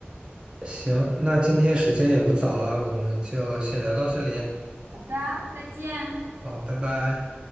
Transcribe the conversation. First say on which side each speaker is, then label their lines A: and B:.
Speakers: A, on the right (about 25°); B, on the right (about 70°).
A: 行，那今天时间也不早了，我们就先聊到这里啊。
B: 好的，再见。
A: 好，拜拜。